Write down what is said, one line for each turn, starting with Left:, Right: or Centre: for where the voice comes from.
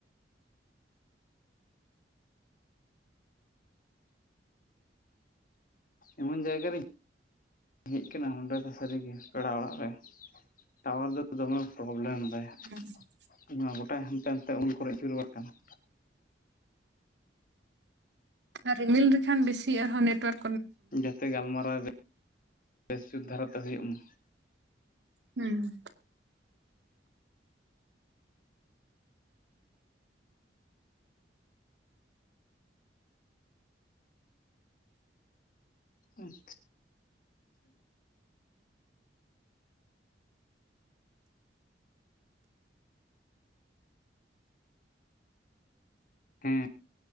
Left: ᱮᱢᱚᱱ ᱡᱟᱭᱜᱟ ᱨᱮᱧ ᱦᱮᱡ ᱟᱠᱟᱱᱟ ᱱᱚᱰᱮ ᱫᱚ ᱥᱟᱹᱨᱤᱜᱮ ᱯᱮᱲᱟ ᱚᱲᱟᱜ ᱨᱮ ᱴᱟᱣᱟᱨ ᱫᱚ ᱫᱚᱢᱮ ᱯᱨᱚᱵᱞᱮᱢ ᱫᱟᱭ
Right: <unintelligible>
Left: ᱾ ᱤᱧᱢᱟ ᱜᱚᱴᱟᱭ ᱦᱟᱱᱛᱮ ᱱᱟᱛᱮ ᱩᱢᱩᱞ ᱠᱚᱨᱮ ᱟᱹᱪᱩᱨ ᱵᱟᱲᱟ ᱠᱟᱱᱟ ᱾
Right: ᱟᱨ ᱨᱤᱢᱤᱞ ᱞᱮᱠᱷᱟᱱ ᱵᱮᱥᱤ ᱟᱨᱦᱚᱸ ᱱᱮᱴᱳᱭᱟᱨᱠ
Left: ᱡᱟᱛᱮ ᱜᱟᱞᱢᱟᱨᱟᱣ <inaudible> ᱵᱮᱥ ᱫᱷᱟᱨᱟᱛᱮ ᱦᱩᱭᱩᱜ ᱢᱟ,
Right: ᱦᱩᱸ
Left: ᱟᱪᱪᱷᱟ᱾ ᱦᱮᱸ